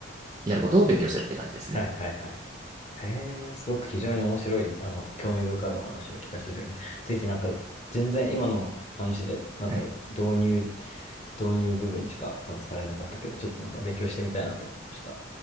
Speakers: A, on the right; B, on the left.
A: やることを勉強してるって感じですね。
B: はいはいはい。へえ、すごく非常に面白い、あの、興味深いお話を聞かせていただきました。ぜひなんか、全然今の話で、なんだろう、
A: はい。
B: 導入、導入部分しか多分されなかったけど、ちょっとなんか勉強してみたいなと思いました。